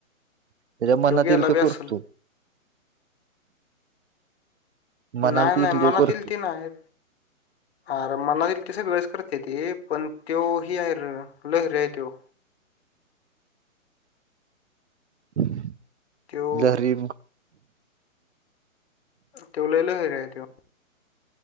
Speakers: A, on the right; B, on the left.
A: त्याच्या मनात
B: त्यो गेला
A: येईल ते
B: बी असल.
A: करतो. मनाला
B: नाय
A: ते
B: नाय
A: येईल
B: मनातील
A: करतो
B: ते नाय. अर मनात येईल ते सगळेस कर त्याती. पण तो हे आहे र. लहरी आहे त्यो.
A: हम <inaudible>
B: त्यो
A: लहरी म.
B: त्यो लई लहरी आहे तो.